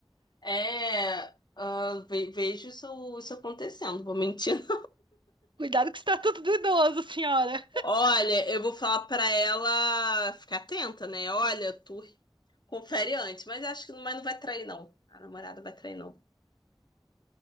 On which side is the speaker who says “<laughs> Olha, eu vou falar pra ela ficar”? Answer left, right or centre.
Left